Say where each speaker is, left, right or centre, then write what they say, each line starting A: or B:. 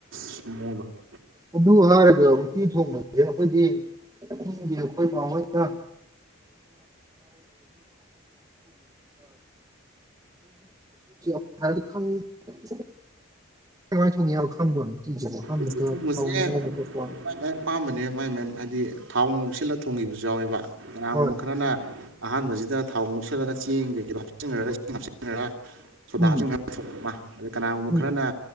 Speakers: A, on the right; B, on the right.
A: <unintelligible>
B: ꯑꯗꯨ ꯍꯥꯏꯔꯒ ꯎꯇꯤ ꯊꯣꯡꯕꯁꯦ ꯑꯩꯈꯣꯏꯗꯤ ꯆꯤꯡꯒꯤ ꯑꯩꯈꯣꯏ ꯃꯍꯣꯏꯅ <unintelligible> <unintelligible> ꯀꯃꯥꯏꯅ ꯊꯅꯤ ꯍꯥꯏꯕ ꯈꯪꯕ꯭ꯔꯣ ꯎꯇꯤꯖꯦ ꯑꯍꯥꯟꯕꯗ
A: ꯎꯆꯤ ꯊꯣꯡꯕꯁꯦ
B: ꯊꯥꯎ ꯉꯧꯕ
A: ꯎꯇꯤ
B: ꯈꯣꯠꯄ
A: ꯊꯣꯡꯕ ꯃꯥꯏ ꯃꯥꯏ ꯑꯄꯥꯝꯕꯅꯦ ꯃꯥꯏ ꯃꯥꯏ ꯍꯥꯏꯗꯤ ꯊꯥꯎ ꯉꯧꯁꯤꯜꯂ ꯊꯣꯡꯕꯁꯨ ꯌꯥꯎꯋꯦꯕ ꯀꯅꯥꯥꯡꯒꯨꯝꯕ
B: ꯍꯣꯏ
A: ꯈꯔꯅ ꯑꯍꯥꯟꯕꯁꯤꯗ ꯊꯥꯎ ꯉꯧꯁꯤꯜꯂꯒ ꯆꯦꯡ ꯀꯩꯀꯩꯗꯣ ꯍꯥꯞꯆꯤꯟꯈꯔꯒ ꯏꯁꯤꯡ ꯍꯥꯞꯆꯤꯟꯈꯔꯒ ꯁꯣꯗꯥ
B: ꯎꯝ
A: ꯍꯥꯞꯆꯤꯟ ꯈ ꯑꯗ ꯀꯅꯥꯒꯨꯝꯕ
B: ꯎꯝ
A: ꯈꯔꯅ